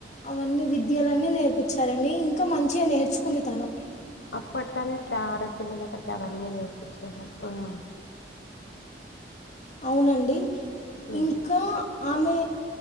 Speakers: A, on the left; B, on the left.
A: అవన్నీ విద్యలన్నీ నేర్పించారండి ఇంకా మంచిగా నేర్చుకుంది తను
B: అప్పట్లోనే ఇట్లా ఆడపిల్లలకు అట్లా అవన్నీ నేర్పించేవాల్లు హ్మ్
A: అవునండి
B: ఉమ్
A: ఇంకా ఆమె